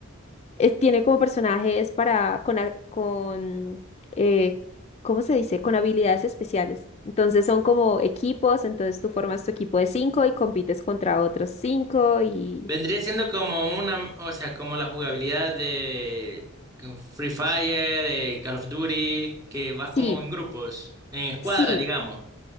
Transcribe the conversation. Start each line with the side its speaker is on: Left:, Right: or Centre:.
Left: es- tiene como personajes para con, a- con eh, ¿cómo se dice? Con habilidades especiales. Entonces son como equipos, entonces tú formas tu equipo de cinco y compites contra otros cinco y
Right: Vendría siendo como una, o sea, como la jugabilidad de con Free Fire, eh, Call of Duty, que vas
Left: sí,
Right: como en grupos, en escuadra,
Left: sí,
Right: digamos.